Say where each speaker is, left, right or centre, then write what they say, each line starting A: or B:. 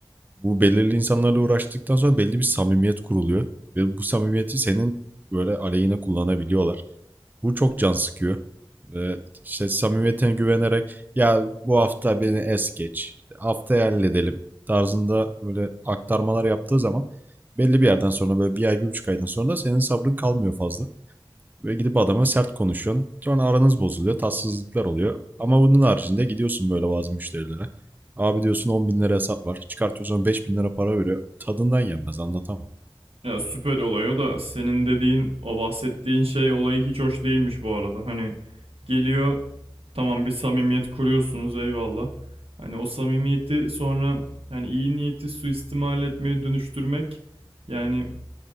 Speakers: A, on the right (about 20°); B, on the right (about 90°).
A: bu belirli insanlarla uğraştıktan sonra belli bir samimiyet kuruluyor. Ve bu samimiyeti senin böyle aleyhine kullanabiliyorlar. Bu çok can sıkıyor. Ve işte samimiyetine güvenerek ya bu hafta beni es geç, işte haftaya halledelim tarzında böyle aktarmalar yaptığı zaman belli bir yerden sonra böyle bir ay bir buçuk aydan sonra da senin sabrın kalmıyor fazla. Ve gidip adama sert konuşuyorsun. Sonra aranız bozuluyor. Tatsızlıklar oluyor. Ama bunun haricinde gidiyorsun böyle bazı müşterilere. Abi diyorsun 10 bin lira hesap var. Çıkartıyorsun 5 bin lira para veriyor. Tadından yenmez anlatamam.
B: Ya süper olay o da senin dediğin o bahsettiğin şey olayı hiç hoş değilmiş bu arada. Hani geliyor tamam bir samimiyet kuruyorsunuz eyvallah. Hani o samimiyeti sonra yani iyi niyeti suistimal etmeye dönüştürmek yani